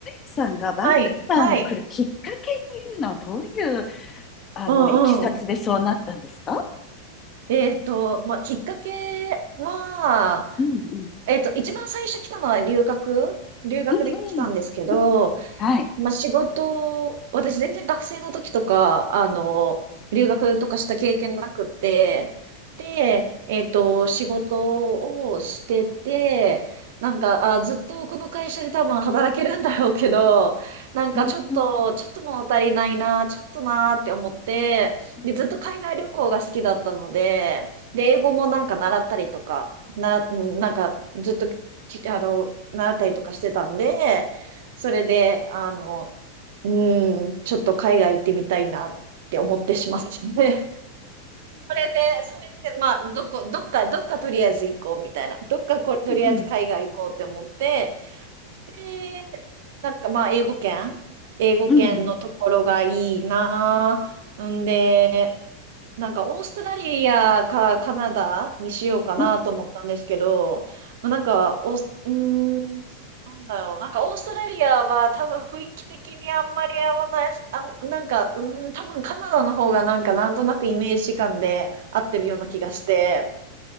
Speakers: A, on the left; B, on the right.
A: さんがバンクーバーに来るきっかけというのはどういう、
B: はい、はい。
A: あの、
B: うんうん。
A: いきさつでそうなったんですか
B: えっと、まあ、きっかけは、
A: うんうん。
B: えっと、一番最初来たのは留学、留学で来たんですけど、
A: うんうん。うんうん。はい。
B: まあ、仕事、私全然学生の時とか、あの、留学とかした経験なくて、で、えっと、仕事をしてて、なんか、あ、ずっとこの会社で多分働けるんだろうけど、なんかちょっと、
A: うんうん。
B: ちょっと物足りないな、ちょっとなーって思って、
A: うん
B: で、ずっと海外旅行が好きだったので、で、英語もなんか習ったりとか、なら、なんかずっとき、あの、習ったりとかしてたんで、それで、あの、うーん、ちょっと海外行ってみたいなって思ってしまってね。<laughs> それで、それで、まあ、どこ、どっか、どっかとりあえず行こうみたいな。どっかこ、とりあえず海外行こうって思って、
A: うんうん。
B: で、なんかまあ、英語圏、英語圏のところがいいなぁ。
A: うん
B: んで、なんかオーストラリアかカナダにしようかなと思ったんですけど、
A: うん。
B: まあ、なんかオース、うーん、なんだろう、なんかオーストラリアは多分雰囲気的にあんまり合わない、あ、なんか、うーん、多分カナダの方がなんかなんとなくイメージ感で合ってるような気がして、